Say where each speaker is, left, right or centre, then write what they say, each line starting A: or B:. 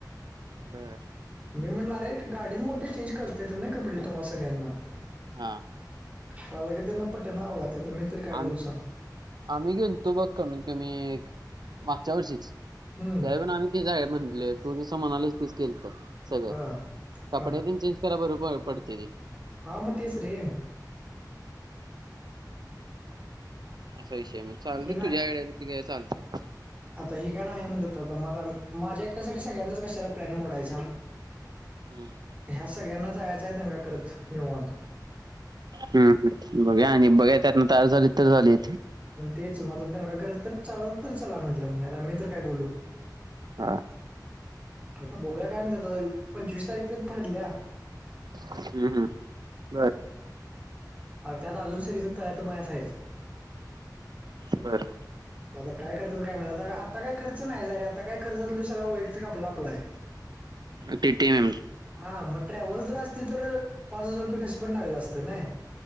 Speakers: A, on the right; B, on the right.
A: बर
B: मी म्हटलं अरे गाडीत मोठे चेंज करते येत ना कपडे तुम्हाला सगळ्यांना
A: हा
B: चा का त्यांना पटन हव त्याता मी काय बोलू
A: आम्ही
B: सांग
A: आम्ही गेल तू बघ कमी कमी एक मागच्या वर्षीच त्या
B: हम्म
A: पण आम्ही ते जा आहे म्हटले तू जसं म्हणालेस तीच खलत सगळं
B: हा,
A: कपड्या
B: हा
A: त चेंज करा बर पडते ती
B: हा मस रे
A: असा विषय मग चालते
B: हे ना
A: तुझ्या वेडे त काय चालते
B: आता हे काय नाही म्हणतात आता मझ माझ्या एकट्यासाठी सगळ्यांनाच कशाला प्लॅन मोडायचा
A: हम्म
B: ह्या सगळ्यांना जायचा आहे अंगा करत निवत
A: हम बघा आणि बघा त्यातना तयार झालीत तर झाले
B: तेच मझ दंगा करत तर चला तर चला म्हटलं म्हग आता मी तर काय बोलू
A: हा
B: आता बोग काय म्हणतात आ पंचवीस तारीख तर ठरल्या
A: हम्म हम्म ब
B: ह त्यात अजून सगळेजण तळ्या मयात आहेत.
A: बरं.
B: ब काय खर्चाचं काय म्हणत आता काय खर्च नाही रे आता काय खर्च असल सगळं वैयक्तिक आपला. अप्लाय.
A: ती टीम एम.
B: हा मग ट्रॅव्हल जर असतीतर पाच हजार रुपये कस पण लागलं असतं नाही.